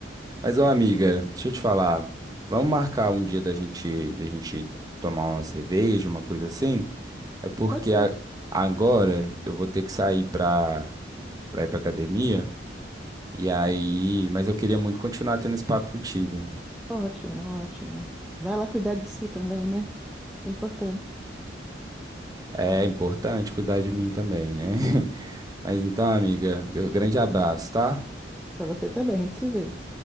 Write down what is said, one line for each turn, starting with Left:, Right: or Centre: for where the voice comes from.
Right: Mas, ô amiga, deixa eu te falar. Vamos marcar um dia da gente, da gente tomar uma cerveja, uma coisa assim? É porque
Centre: Pode ser.
Right: a- agora eu vou ter que sair pra, pra ir pra academia. E aí, mas eu queria muito continuar tendo esse papo contigo.
Centre: Ótimo, ótimo. Vai lá cuidar de si também, né? É importante.
Right: É importante cuidar de mim também, né? <laughs> Mas então, amiga, grande abraço, tá?
Centre: Para você também, a gente se vê.